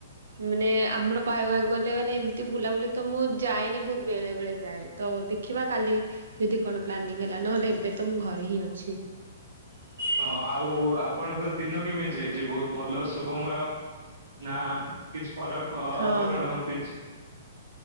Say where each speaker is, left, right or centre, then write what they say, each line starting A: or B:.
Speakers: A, on the right; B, on the right.
A: ମାନେ ଆମର କହିବାକୁ ଗଲେ ମାନେ ଏମିତି ବୁଲାବୁଲି ତ ମୁଁ ଯାଏନି ବହୁତ ବେଳେ ବେଳେ ଯାଏ ତ ଦେଖିବା କାଲି ଯଦି କଣ ପ୍ଲାନିଂ ହେଲା ନହେଲେ ଏବେ ତ ମୁଁ ଘରେ ହିଁ ଅଛି।
B: ହଁ ଆଉ ଆପଣଙ୍କ ଦିନ କେମିତି ଯାଇଛି ବହୁତ ଭଲ ଶୁଭମୟ? ନା କିଛି ଖରାପ
A: ହଁ
B: ଅଘଟଣ
A: ହଁ।
B: ଘଟିଛି।